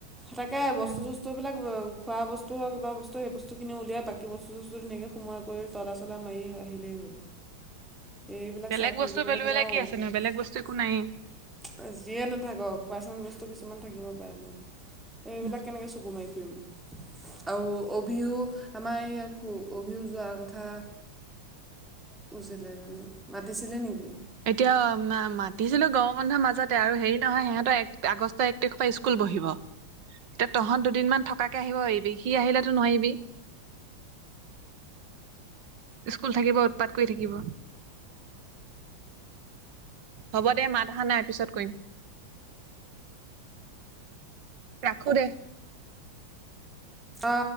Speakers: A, in the centre; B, on the right (about 60°).
A: তাকে বস্তু
B: উম,
A: টো বস্তু বিলাক খোৱা বস্তু হওক কিবা বস্তু হেই বস্তুখিনি উলিয়াই বাকী বস্তু সস্তুবিলাক ধুনীয়াকে সোমোৱাই কৰি তলা চলা মাৰি আহিলেই হ'ল এইবিলাক
B: বেলেগ
A: চাই ফুৰিবলৈ
B: বস্তু বুলিবলে
A: নোৱাৰো
B: কি আছে নো বেলেগ বস্তু একো নাইয়ে।
A: যিয়ে নাথাকক পাৰ্চনেল বস্তু কিছুমান থাকিব পাৰে ন সেইবিলাক
B: উম।
A: কেনেকে চকু মাৰি ফুৰিম আৰু অভি ও আমাৰ এই অভি ও যোৱাৰ কথা কৈছিলে জানো মাতিছিলে নেকি
B: এতিয়া মাতিছিলো গাৱৰ মানুহৰ মাজতে আৰু হেৰি নহয় সিহঁতৰ এক আগষ্ট এক তাৰিখৰ পা স্কুল বহিব এতিয়া তহঁত দুদিনমান থকাকে আহিব পাৰিবি, সি আহিলে টো নোৱাৰিবি স্কুল থাকিব উৎপাত কৰি থাকিব, হ'ব দে মাত আহা নাই পিছত কৰিম। ৰাখো দে।
A: অ'।